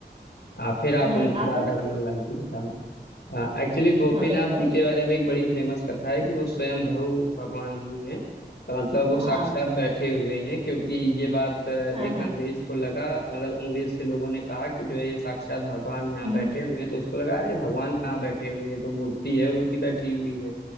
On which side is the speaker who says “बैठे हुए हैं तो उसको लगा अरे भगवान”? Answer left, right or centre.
Left